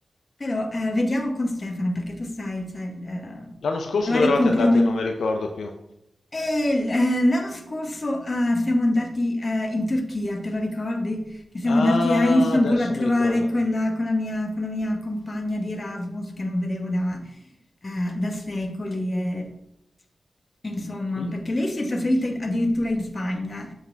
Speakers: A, on the left; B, on the left.
A: Però eh, vediamo con Stefano, perché tu sai, cioè, il, eh,
B: L'anno scorso
A: trovare
B: dove
A: i
B: eravate
A: compromessi.
B: andati? Io Non mi ricordo più.
A: E l- eh, l'anno scorso eh, siamo andati eh, in Turchia, te lo ricordi? Che siamo
B: Ah,
A: andati a Istanbul
B: adesso
A: a trovare
B: mi ricordo.
A: quella, quella mia, quella mia compagna di Erasmus che non vedevo da, eh, da secoli. E, e insomma,
B: I-
A: perché lei si è trasferita in- addirittura in Spagna,